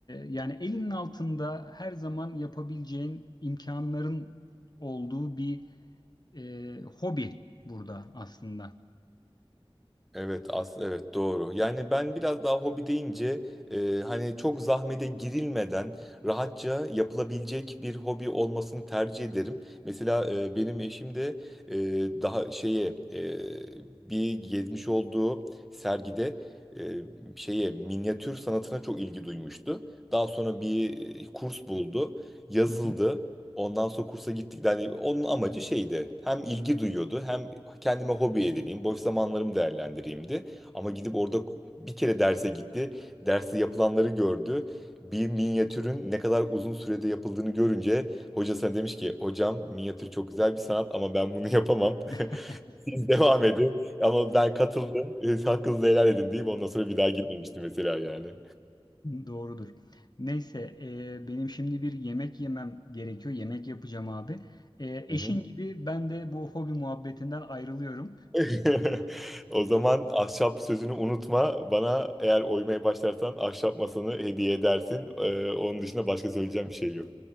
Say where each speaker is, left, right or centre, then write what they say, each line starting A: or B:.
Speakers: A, on the left (about 45°); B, in the centre.
A: yani elinin altında her zaman yapabileceğin imkanların olduğu bir e, hobi burada aslında.
B: Evet, as evet doğru. Yani ben biraz daha hobi deyince e, hani çok zahmete girilmeden rahatça yapılabilecek bir hobi olmasını tercih ederim. Mesela e, benim eşim de e, daha şeye e, bir gezmiş olduğu sergide e, şeye minyatür sanatına çok ilgi duymuştu. Daha sonra bir kurs buldu, yazıldı.
A: Hı hı.
B: Ondan sonra kursa gittik. Yani onun amacı şeydi. Hem ilgi duyuyordu hem kendime hobi edineyim, boş zamanlarımı değerlendireyimdi. Ama gidip orada bir kere derse gitti. Derste yapılanları gördü. Bir minyatürün ne kadar uzun sürede yapıldığını görünce hocasına demiş ki hocam minyatür çok güzel bir sanat ama ben bunu yapamam.
A: <laughs>
B: <laughs> Siz devam edin. Ama ben katıldım. E, Hakkınızı helal edin deyip ondan sonra bir daha gitmemiştim mesela yani.
A: Doğrudur. Neyse, e, benim şimdi bir yemek yemem gerekiyor. Yemek yapacağım abi. E, eşin
B: Hı hı.
A: gibi ben de bu hobi muhabbetinden ayrılıyorum.
B: <laughs> O zaman ahşap sözünü unutma. Bana eğer oymaya başlarsan ahşap masanı hediye edersin. Ee, onun dışında başka söyleyeceğim bir şey yok.